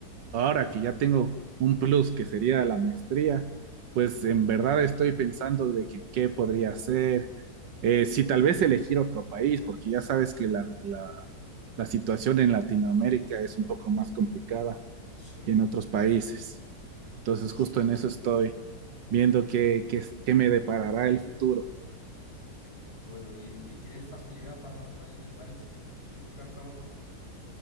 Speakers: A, on the right; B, on the left.
A: ahora que ya tengo un plus que sería la maestría, pues en verdad estoy pensando de que qué podría hacer, eh, si tal vez elegir otro país, porque ya sabes que la, la la situación en Latinoamérica es un poco más complicada
B: sí,
A: que en otros países. Entonces,
B: lo sé.
A: justo en eso estoy viendo qué, qué, qué me deparará el futuro.
B: Bueno, ¿y, y tienes facilidad para salir del país y buscar trabajo?